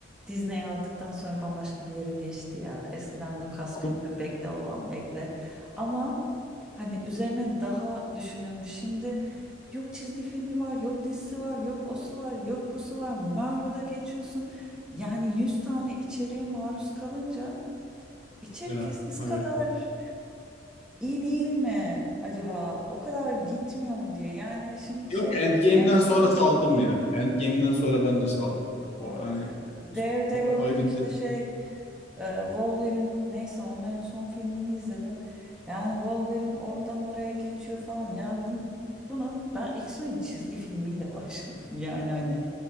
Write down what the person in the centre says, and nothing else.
Disney aldıktan sonra bambaşka bir yere geçti ya. Eskiden Lucasfilm'de
bekle babam bekle. Ama hani üzerine daha düşünülmüş. Şimdi yok çizgi filmi var, yok dizisi var, yok osu var, yok busu var. Marvel'a geçiyorsun. Yani 100 tane içeriğe maruz kalınca içerik
eskisi
kadar iyi değil mi acaba? O kadar gitmiyor mu diye. Yani şimdi şey
en son
ha,
Daredevil
işte şey e, Wolverine neyse onların son filmini izledim. Yani Wolverine oradan oraya geçiyor falan. Ya bunu, bunu ben X-Men çizgi filmiyle <laughs> başladım. Yani hani